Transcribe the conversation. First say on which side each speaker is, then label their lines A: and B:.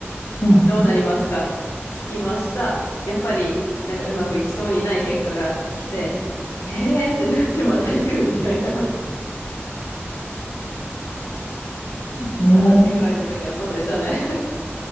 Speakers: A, on the left; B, on the left.
A: う。うん、
B: どうなりますかって聞きました。
A: うん、
B: やっぱりなんかうまくいきそうにない結果が来て、えーってなってまた行くみたいな。<laughs>
A: うん。
B: 二十歳ぐらいの時はそうでしたね。
A: ね